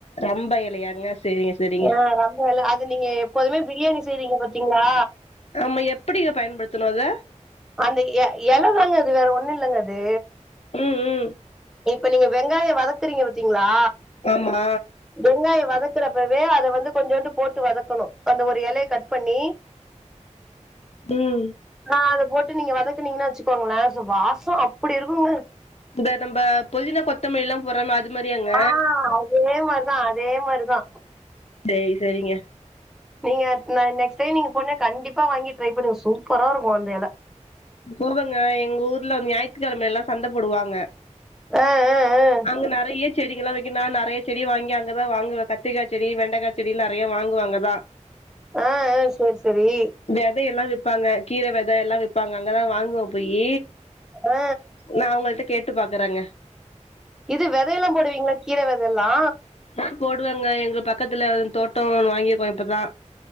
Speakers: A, on the left; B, in the centre.
A: ரம்ப எலையாங்க சரிங்க சரிங்க
B: ஆ ரம்ப எல அது நீங்க எப்போதுமே பிரியாணி செய்றீங்க பாத்திங்ளா
A: ஆமா எப்டிங்க பயன்படுத்தணு அத
B: அந்த எ எலதாங்க அது வேற ஒண்ணு இல்லங்க அது
A: ம் ம்
B: இப்ப நீங்க வெங்காய வதக்றீங்க பத்தீங்ளா
A: ஆமா
B: வெங்காய வதக்குறப்பவே அத வந்து கொஞ்சோண்டு போட்டு வதக்கணு அந்த ஒரு எலய கட் பண்ணி
A: ம்
B: ந அத போட்டு நீங்க வதக்னீங்கனா வச்சுக்கோங்கள சோ வாசோ அப்டி இருக்குங்க
A: இத நம்ம பொதின கொத்தமல்லி லா போறமே அது மாரியாங்க
B: ஆ அதே மாரிதா அதே மாரிதா
A: செரி செரிங்க
B: நீங்க ந நெக்ஸ்ட் டைம் நீங்க போன கண்டிப்பா வாங்கி ட்ரை பண்ணுங்க சூப்பரா இருக்கு அந்த எல
A: போவங்க எங்க ஊர்ல ஞாயித்துகெழமையல்லா சந்தப் போடுவாங்க
B: ஆ ஆ ஆ
A: அங்க நெறய செடிகெல்லா வக்கின்னா நெறைய செடி வாங்கி அங்கதா வாங்குவ கத்திக்கா செடி வெண்டக்கா செடில நெறைய வாங்குவா அங்கதா
B: ஆ ஆ செர் செரி
A: வெதயெல்லா விப்பாங்க கீர வெத எல்லா விப்பாங்க அங்கதா வாங்குவ போயி
B: ஆ
A: நா அவுங்கள்ட்ட கேட்டு பாக்றங்க
B: இது வெதையெல்லா போடுவீங்ளா கீர வெதல்லா
A: ஆ போடுவங்க எங்க பக்கத்துல தோட்டோ ஒன்னு வாங்கியிக்கோ இப்பதா